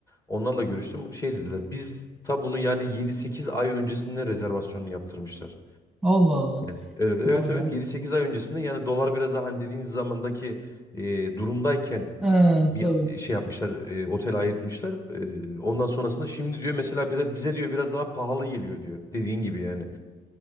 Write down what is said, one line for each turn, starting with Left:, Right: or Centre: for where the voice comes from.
Left: Onlarla görüştüm. Şey dediler. Biz ta bunu yani yedi sekiz ay öncesinden rezervasyonunu yaptırmışlar.
Centre: Allah Allah.
Left: Ee, Evet
Centre: Vay
Left: evet
Centre: be.
Left: yedi sekiz ay öncesinde yani dolar biraz daha hani dediğiniz zamandaki e, durumdayken
Centre: He,
Left: bir
Centre: tabii.
Left: şey yapmışlar e, otel ayırtmışlar. E, ondan sonrasında şimdi diyor mesela bira- bize diyor biraz daha pahalı geliyor diyor dediğin gibi yani.